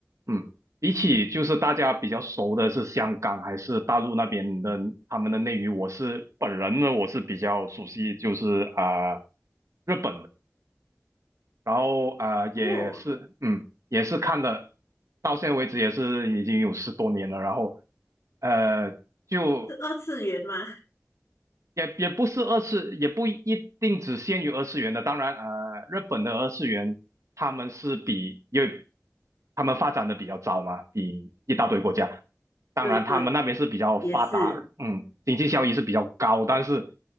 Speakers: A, on the right; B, on the left.
A: 嗯，比起就是大家比较熟的是香港还是大陆那边的他们的内娱，我是本人呢，我是比较熟悉就是啊、呃日本的，然后啊、呃也是嗯也是看了，
B: 哦，
A: 到现在为止也是已经有十多年了，然后呃就
B: 是二次元吗？
A: 也也不是二次，也不一定只限于二次元的。当然，呃，日本的二次元他们是比，因为他们发展的比较早嘛，比一大堆国家。当然，
B: 对对，
A: 他们那边是比较发达，
B: 也是。
A: 嗯，经济效益是比较高。但是，